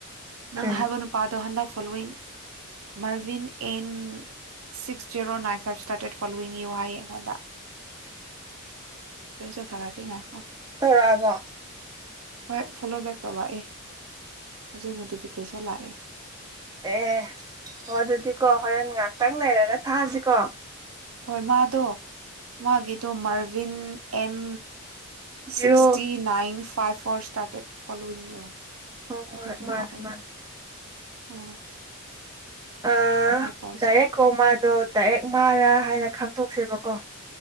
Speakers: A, on the right (about 70°); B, on the right (about 15°).
A: ꯅꯪꯅ
B: ꯀꯩ
A: ꯍꯥꯏꯕ ꯅꯨꯄꯥꯗꯣ ꯍꯟꯗꯛ following Marvin M six zero nine five started following you ꯍꯥꯏ ꯑꯩꯉꯣꯟꯗ <unintelligible> ꯊꯔꯛ ꯀꯩ ꯅꯥꯈꯣ
B: ꯇꯧꯔꯛꯑꯕꯣ
A: ꯍꯣꯏ ꯐꯣꯂꯣ ꯕꯦꯛ ꯇꯧꯔꯛꯑꯦ ꯍꯧꯖꯤꯛ ꯅꯣꯇꯤꯐꯤꯀꯦꯁꯟ ꯂꯥꯛꯑꯦ
B: ꯑꯦ-ꯑꯣ ꯑꯗꯨꯗꯤꯀꯣ ꯍꯣꯔꯦꯟ ꯉꯥꯏꯍꯥꯛꯇꯪ ꯅꯩꯔꯒ ꯊꯥꯁꯤꯀꯣ
A: ꯍꯣꯏ ꯃꯥꯗꯣ ꯃꯥꯒꯤꯗꯣ Marvin N
B: zero
A: sixty nine five four started following you
B: ꯍꯣꯏ
A: ꯑꯗꯨꯗꯣ
B: ꯍꯣꯏ ꯃꯥꯅꯦ
A: ꯂꯥꯛꯑꯦ
B: ꯃꯥꯅꯦ
A: ꯑꯣ
B: ꯑ
A: ꯇꯧꯁꯦ
B: ꯗꯥꯏꯔꯦꯛ ꯀꯣ ꯃꯥꯗꯣ ꯗꯥꯏꯔꯦꯛ ꯃꯥꯔꯥ ꯍꯥꯏꯅ ꯈꯪꯗꯣꯛꯁꯦꯕꯀꯣ